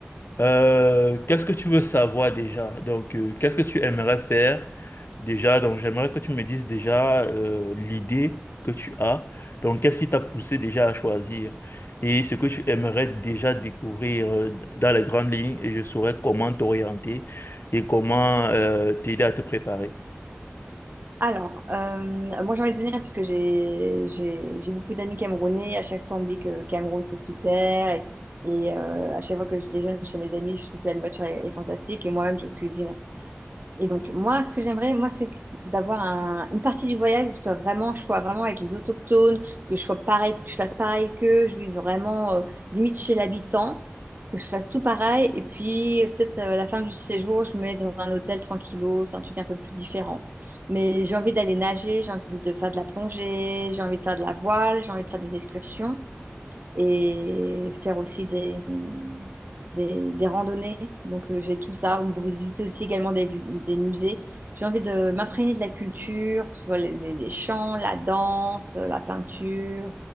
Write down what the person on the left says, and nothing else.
Euh, qu'est-ce que tu veux savoir déjà? Donc, euh, qu'est-ce que tu aimerais faire déjà? Donc, j'aimerais que tu me dises déjà euh, l'idée que tu as. Donc, qu'est-ce qui t'a poussé déjà à choisir? Et ce que tu aimerais déjà découvrir euh, dans les grandes lignes, et je saurais comment t'orienter et comment euh, t'aider à te préparer.